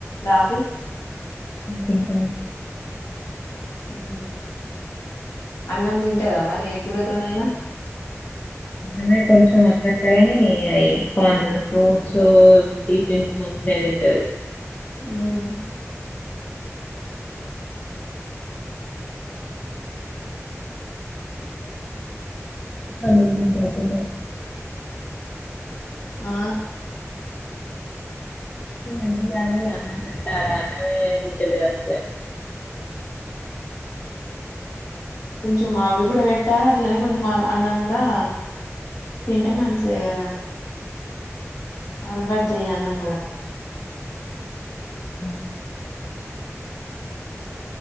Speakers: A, on the left; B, on the left.
A: లాఫీ
B: తింటాంది
A: ఉమ్ అన్నం తింటదా మరి ఏ కూరతోనైనా
B: అ కొంచెం అట్లాట్లేగాని పన్ ఫ్రూట్స్, టీఫీన్స్ మంచిగా తింటది
A: ఉమ్
B: అన్నం తింటే అయిపో
A: ఆ
B: ఇంగారు అన్నం పెట్టాలే అన్నమే తింటలే ఆసలే
A: కొంచం అవి కూడా వెట్టా అట్లానే కొంచం మా అన్నం గుడా తింటే మంచిదే గాదా అలవాటు జెయ్ అన్నం కూడా
B: మ్